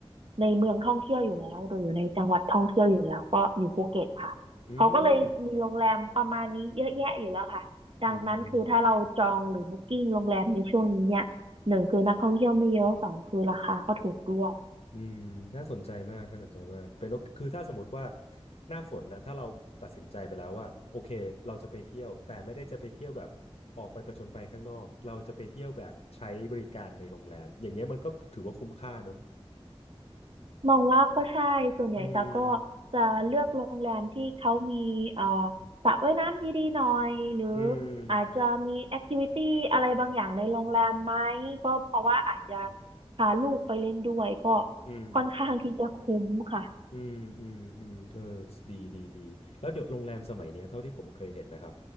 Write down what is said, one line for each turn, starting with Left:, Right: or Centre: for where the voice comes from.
Right: ในเมืองท่องเที่ยวอยู่แล้วหรืออยู่ในจังหวัดท่องเที่ยวอยู่แล้วก็อยู่ภูเก็ตค่ะ
Left: อืม
Right: เขาก็เลยมีโรงแรมประมาณนี้เยอะแยะอยู่แล้วค่ะดังนั้นคือถ้าเราจองหรือบุ๊กิ้งโรงแรมในช่วงนี้เนี่ยหนึ่งคือนักท่องเที่ยวไม่เยอะสองคือราคาก็ถูกด้วย
Left: อืมอืมน่าสนใจมากน่าสนใจมากเป็นโอคือถ้าสมมติว่า หน้าฝนนะถ้าเราตัดสินใจไปแล้วว่าโอเคเราจะไปเที่ยว แต่ไม่ได้จะไปเที่ยวแบบออกไปผจญภัยข้างนอกเราจะไปเที่ยวแบบใช้บริการในโรงแรมอย่างเงี้ยมันก็ถือว่าคุ้มค่าเนอะ
Right: มองว่าก็ใช่ส่วนใหญ่ตาก็
Left: อืม
Right: จะเลือกโรงแรมที่เขามีเอ่อสระว่ายน้ำดีๆหน่อยหรือ
Left: อืม
Right: อาจจะมีแอคทิวิตี้อะไรบางอย่างในโรงแรมไหมก็เพราะว่าอาจจะพาลูกไปเล่นด้วยก็
Left: อืม
Right: ค่อนข้างที่จะคุ้มค่ะ
Left: อืมอืมอืมเออดีดีดีแล้วเดี๋ยวโรงแรมสมัยเนี้ยเท่าที่ผมเคยเห็นนะครับ